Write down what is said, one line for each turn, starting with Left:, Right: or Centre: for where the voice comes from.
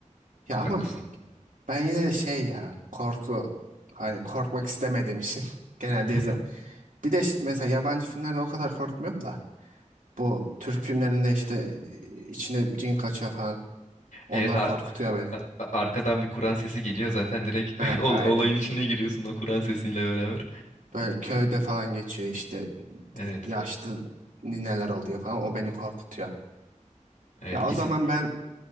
Right: Ya ama
Left: Haklısın.
Right: ben yine de şey ya korku hani korkmak istemediğim için <laughs> genelde
Left: <laughs>
Right: izlem. Bir de ş- mesela yabancı filmlerde o kadar korkmuyorum da bu Türk filmlerinde işte e, içine cin kaçıyor falan onlar
Left: Evet ar-
Right: korkutuyor beni.
Left: a- a- arkadan bir Kur'an sesi geliyor zaten direkt
Right: Ha
Left: <laughs> ol-
Right: aynen.
Left: olayın içine giriyorsun o Kur'an sesiyle beraber.
Right: Böyle köyde falan geçiyor işte
Left: Evet.
Right: yaşlı nineler oluyor falan. O beni korkutuyor.
Left: Evet
Right: Ya
Left: kesin
Right: o zaman ben